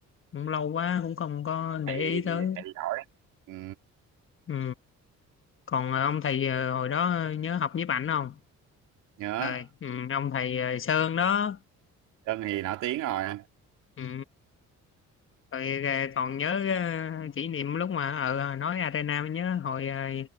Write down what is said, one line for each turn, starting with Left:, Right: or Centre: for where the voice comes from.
Left: cũng lâu quá cũng không có để
Right: thầy
Left: ý tới
Right: thầy giỏi ừ,
Left: ừ. còn ờ, ông thầy ờ, hồi đó nhớ học nhiếp ảnh không
Right: nhớ
Left: Rồi, ừ, ông thầy ờ, Sơn đó
Right: Sơn thì nổi tiếng rồi
Left: ừ. rồi ờ, còn nhớ ờ, kỷ niệm lúc mà ở nói Arena mới nhớ hồi ờ,